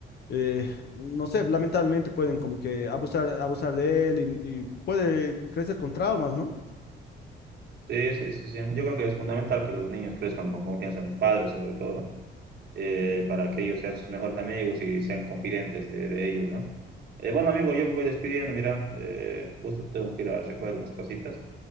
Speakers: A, on the left (about 55°); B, on the right (about 55°).
A: eh, no sé, lamentablemente pueden como que abusar, abusar de él y, y puede crecer con traumas, ¿no?
B: Sí, sí, sí, sí. Yo creo que es fundamental que los niños crezcan con confianza en los padres, sobre todo, eh, para que ellos sean sus mejores amigos y sean confidentes de, de ellos, ¿no? Eh, bueno, amigo, yo me voy despidiendo, mira, eh, justo tengo que ir a recoger unas cositas.